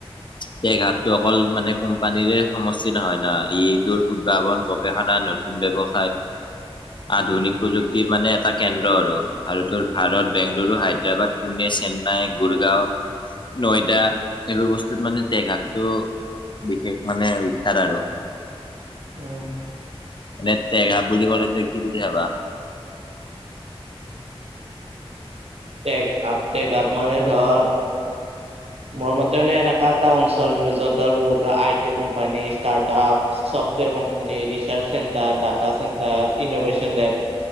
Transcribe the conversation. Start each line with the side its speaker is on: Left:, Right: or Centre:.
Left: তে ঘাপটো অকল মানে কোম্পানীৰে সমষ্টি নহয় ন ই টোৰ উদ্ভাৱন গৱেষণা নদ- <unintelligible> ব্যৱসায় আধুনিক প্ৰযুক্তিৰ মানে এটা কেন্দ্ৰ আৰু আৰু তোৰ ভাৰত বেংগলুৰু হায়দৰাবাদ পুনে, চেন্নাই, গুুৰগাঁও নৈদা এইবোৰ বস্তুত মানে তেঘাতটো বিশেষ মানে বিখ্যাত আৰু
Right: উম,
Left: এনে তেঘা বুলি ক'লে তুমি কি বুলি ভাবা?
Right: টেকাপ টেকাপ মানে ধৰ মোৰ মতে মানে এনেকুৱা এটা অঞ্চল মানে যত ধৰ বহুত I T company start up software company, research centre, data চেটাৰ, innovation lab